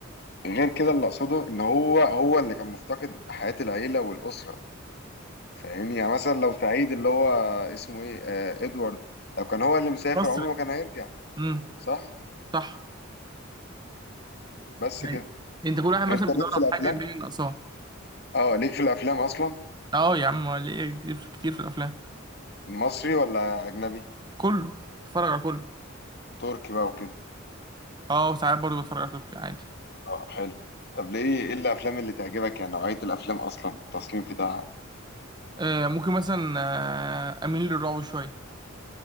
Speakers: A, on the left; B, on the right.
A: غير كده اللي اقصده ان هو هو اللي كان مفتقد حياه العيله والاسره فاهمني يعني مثلا لو سعيد اللي هو اسمه ايه آه ادوارد لو كان هو اللي مسافر
B: مصري
A: عمره ما كان هيرجع
B: امم
A: صح
B: صح
A: بس كده
B: أيوة. انت كل واحد مثلا
A: انت
B: بيدور
A: ليك في
B: على
A: الافلام
B: حاجه اللي هي ناقصاه
A: اه ليك في الافلام اصلا
B: اه يا عم ليه كتير كتير في الافلام
A: مصري ولا اجنبي
B: كله بتفرج على كله
A: تركي بقى وكده
B: اه ساعات برضه بتفرج على تركي عادي
A: اه حلو طب ليه ايه الافلام اللي تعجبك يعني نوعية الافلام اصلا التصنيف بتاعها
B: آه ممكن مثلا آه اميل للرعب شويه